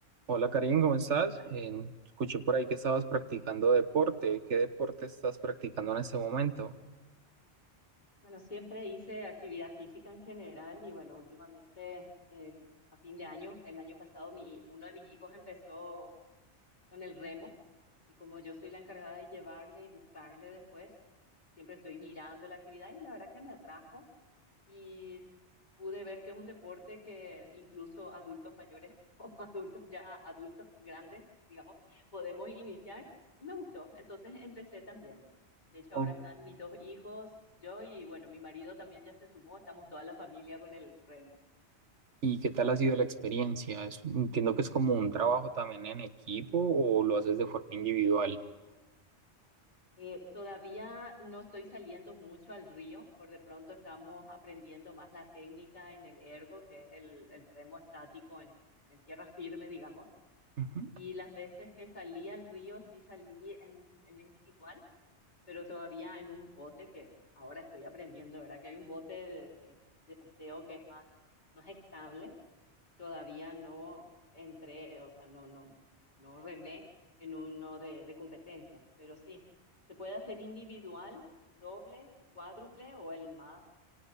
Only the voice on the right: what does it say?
Hola Karim, ¿cómo estás? Eh, escuché por ahí que estabas practicando deporte. ¿Qué deporte estás practicando en este momento?
Oh,
¿Y qué tal ha sido la experiencia? Es- entiendo que es como un trabajo también en equipo o lo haces de forma individual.
Ujú.